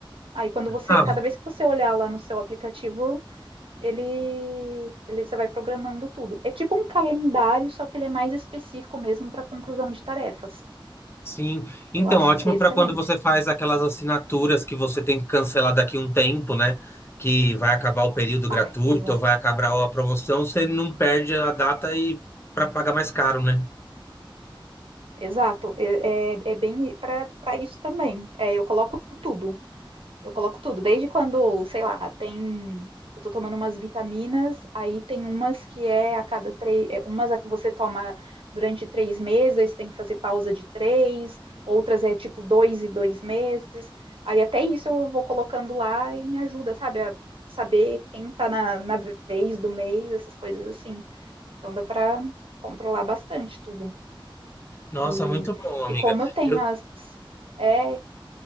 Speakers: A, on the right (about 80°); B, on the left (about 25°).
A: Aí quando você,
B: Ah,
A: cada vez que você olhar lá no seu aplicativo, ele, ele você vai programando tudo. É tipo um calendário, só que ele é mais específico mesmo para conclusão de tarefas.
B: Sim, então
A: Eu acho
B: ótimo
A: excelente.
B: para quando você faz aquelas assinaturas que você tem que cancelar daqui um tempo, né? Que vai acabar o período gratuito
A: Ah, exato.
B: ou vai acabar a promoção, você não perde a data e para pagar mais caro, né?
A: Exato. É, é, é bem para para isso também. É, eu coloco tudo. Eu coloco tudo, desde quando, sei lá, tem. Eu tô tomando umas vitaminas, aí tem umas que é a cada três. é, Umas a- você toma durante três meses, aí você tem que fazer pausa de três, outras é tipo dois e dois meses. Aí até isso eu vou colocando lá e me ajuda, sabe? A saber quem tá na, na vez do mês, essas coisas assim. Então dá pra controlar bastante tudo.
B: Nossa,
A: E,
B: muito bom, amiga.
A: e como eu tenho
B: Eu,
A: as. é